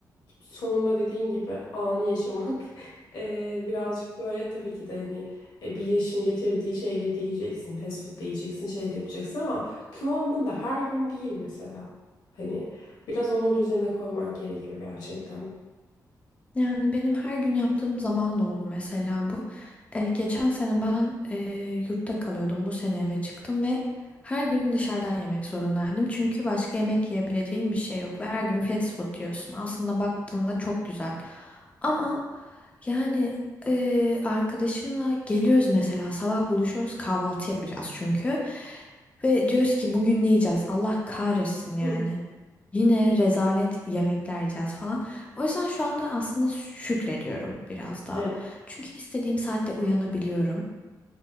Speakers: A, on the left; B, on the left.
A: sonunda dediğin gibi anı yaşamak <laughs> eee, birazcık böyle tabii ki de hani e, bir yaşın getirdiği şeyleri de yiyeceksin, fast food da yiyeceksin, şey de yapacaksın ama kıvamında her gün değil mesela. Hani biraz onu düzene koymak gerekiyor gerçekten.
B: Yani benim her gün yaptığım zaman da oldu mesela bu. Eee, geçen sene ben eee, yurtta kalıyordum. Bu sene eve çıktım ve her gün dışarıdan yemek zorundaydım. Çünkü başka yemek yiyebileceğim bir şey yok ve her gün fast food diyorsun. Aslında baktığında çok güzel. Ama yani eee, arkadaşımla geliyoruz mesela sabah buluşuyoruz kahvaltı yapacağız çünkü. Ve diyoruz ki bugün ne yiyeceğiz? Allah kahretsin yani.
A: <laughs>
B: Yine rezalet yemekler yiyeceğiz falan. O yüzden şu anda aslında şükrediyorum biraz daha.
A: Evet.
B: Çünkü istediğim saatte uyanabiliyorum.